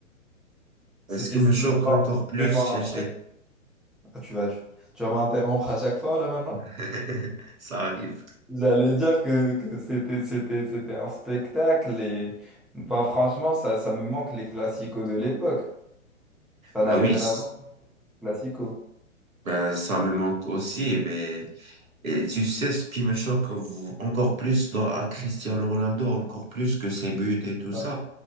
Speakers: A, in the centre; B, on the right.
A: C'était
B: et ce qui me choque encore plus,
A: vraiment
B: chez-
A: un truc.
B: chez-
A: Ah, tu vas, tu, tu vas m'interrompre à chaque fois, là, maintenant?
B: <laughs> ça arrive.
A: J'allais dire que, que c'était, c'était, c'était un spectacle et ben franchement, ça, ça me manque les classicos de l'époque. Ça
B: Ben
A: n'a rien
B: oui, c-
A: à voir les classicos.
B: ben ça me manque aussi, mais Et tu sais ce qui me choque v- encore plus dans, à Cristiano Ronaldo, encore plus que ses buts et tout
A: Ouais.
B: ça,